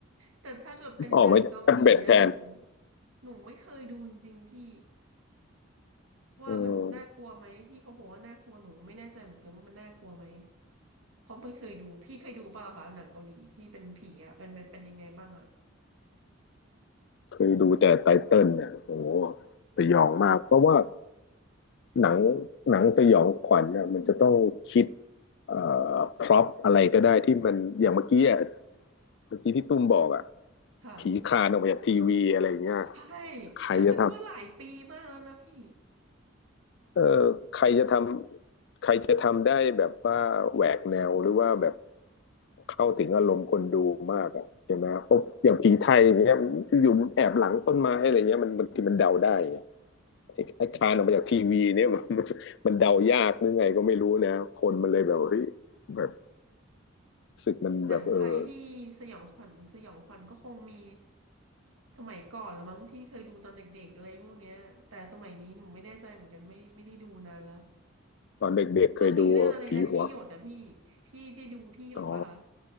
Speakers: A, on the right; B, on the left.
A: แต่ถ้าเกิดเป็นหนังเกาหลีอะหนู
B: ออกมาจากแท็บเล็ตแทน
A: หนูไม่เคยดูจริงๆพี่ ว่ามันน่ากลัวไหมที่เขาบอกว่าน่ากลัวหนูไม่แน่ใจเหมือนกันว่ามันน่ากลัวไหม
B: เออ
A: เพราะไม่เคยดูพี่เคยดูเปล่าคะหนังเกาหลีที่เป็นผีอ่ะเป็นเป็นเป็นยังไงบ้างอ่ะ
B: เคยดูแต่ไตเติ้ลเนี่ยโอ้โหสยองมากเพราะว่าหนังหนังสยองขวัญน่ะมันจะต้องคิดเอ่อพร็อพอะไรก็ได้ที่มันอย่างเมื่อกี้อ่ะเมื่อกี้ที่ตุ้มบอกอ่ะ
A: ค่ะ
B: ผีคลานออกมาจากทีวีอะไรอย่างเงี้ย
A: ใช่
B: ใครจะทำ
A: แต่มันก็หลายปีมากแล้วนะพี่
B: เออใครจะทำใครจะทำได้แบบว่าแหวกแนวหรือว่าแบบเข้าถึงอารมณ์คนดูมากอ่ะใช่ไหมเพราะอย่างผีไทยอย่างเงี้ยอยู่แอบหลังต้นไม้อะไรเงี้ยมันบางทีมันเดาได้ไงไอ้ไอ้คานออกมาจากทีวีเนี่ย <laughs> มันมันเดายากหรือไงก็ไม่รู้นะคนมันเลยแบบเฮ้ยแบบรู้สึกมันแบบเออ
A: หนังไทยที่สยองขวัญสยองขวัญก็คงมีสมัยก่อนละมั้งที่เคยดูตอนเด็กๆอะไรพวกเนี้ยแต่สมัยนี้หนูไม่แน่ใจเหมือนกันไม่ไม่ได้ดูนานแล้ว
B: ตอนเด็กๆเคยดูผีหัว
A: ก็มีเรื่องอะไรนะที่หยดอะพี่พี่ได้ดูที่หยดป่ะคะ
B: อ๋อ